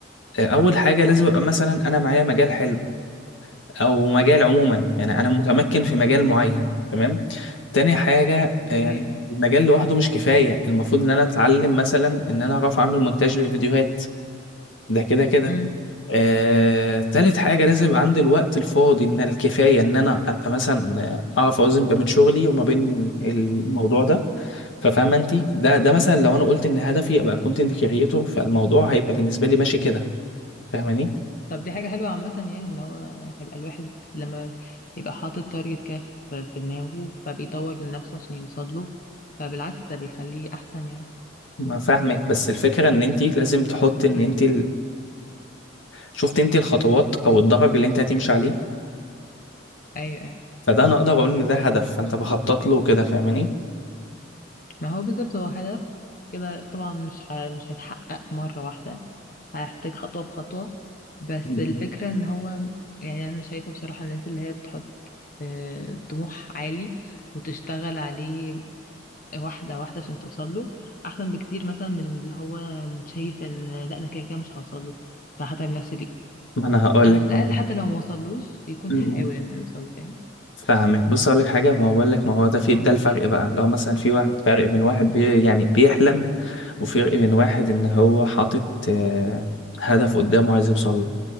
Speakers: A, on the left; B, on the left.
A: آه، اول حاجه لازم ابقى مثلا انا معايا مجال حلو او مجال عموما
B: أمم،
A: يعني انا متمكن في مجال معين تمام تاني حاجة آه، يعني
B: ايوه
A: المجال لوحده مش كفاية المفروض ان انا اتعلم مثلا ان انا اعرف اعمل مونتاج للفيديوهات ده كده كده
B: امم
A: آه، تالت حاجة لازم يبقى عندي الوقت الفاضي ان الكفاية ان انا ابقى مثلا آه، اعرف اوزن بين شغلي وما بين الموضوع ده ففاهمة انت ده ده مثلا لو انا قلت ان هدفي ابقى كونتنت كريتور فالموضوع هيبقى بالنسبة لي ماشي كده فاهماني
B: طب دي حاجة حلوة عامة يعني ان هو هيبقى الواحد لما يبقى حاطط تارجت كده في في دماغه فبيطور من نفسه عشان يوصل له فبالعكس ده بيخليه احسن يعني
A: ما فاهمك بس الفكرة ان انت لازم تحط ان انت شفت انت الخطوات او الدرج اللي انت هتمشي عليه
B: ايوه أيوة.
A: فده انا اقدر اقول ان ده هدف فانت بخطط له كده فاهماني
B: ما هو بالظبط هو هدف كده طبعا مش ح... مش هيتحقق مرة واحدة هيحتاج خطوة بخطوة بس
A: مم.
B: الفكرة ان هو يعني انا شايفة بصراحة الناس اللي هي بتحط آه، طموح عالي وتشتغل عليه واحدة واحدة عشان توصل له احسن بكتير مثلا من اللي هو شايف ان لا انا كده كده مش هوصل له فهتعب نفسي ليه
A: ما انا هقول
B: على
A: لك
B: الاقل
A: برضه.
B: حتى لو ما وصلوش يكون
A: مم.
B: حاول انه يوصل له فاهم
A: فاهمك بص اقول لك حاجه ما هو بقول لك ما هو ده في ده الفرق بقى لو مثلا في واحد فرق بين واحد بي يعني بيحلم وفرق بين واحد ان هو حاطط آه، هدف قدامه عايز يوصل له